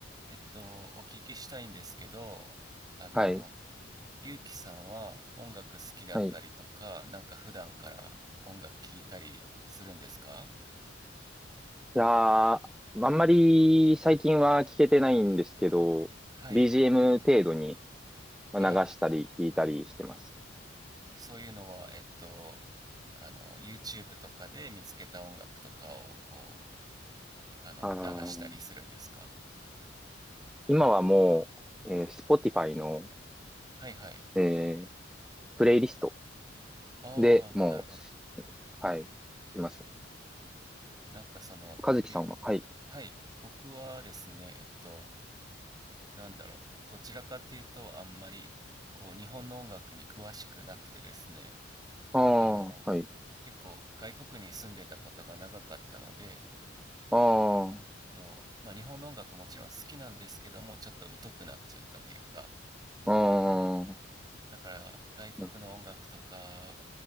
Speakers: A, on the right; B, in the centre.
A: えっと、お聞きしたいんですけど、あの、
B: はい。
A: ゆうきさんは音楽好きだったりとか、
B: はい。い
A: なんか普段から音楽聴いたりするんですか
B: やー、あんまり最近は聞けてないんですけど、
A: はい。
B: BGM 程度にまあ流したり聞いたりしてます。
A: あ、そういうのは、えっと、あの、YouTube とかで見つけた音楽とかを、こう、あの、
B: あー
A: 流したりするんですか
B: 今はもう、えー Spotify の、
A: はいはい。
B: えープレイリスト
A: ああ、
B: でもう、
A: なるほど。
B: はい、出ます。
A: なんかその、
B: 和樹さんは、
A: び、
B: はい。
A: はい、僕はですね、えっと、なんだろう、どちらかっていうと、あんまり、こう、日本の音楽に詳しくなくてですね、
B: あ
A: あの、
B: あ、はい。
A: 結構、外国に住んでたことが長かったので、
B: あ
A: えっと、まあ、日本の音楽もちろん好きなんですけども、ちょっと疎くなっちゃったというか、
B: あ、ああ、
A: だから、外国の音楽とか
B: なるほ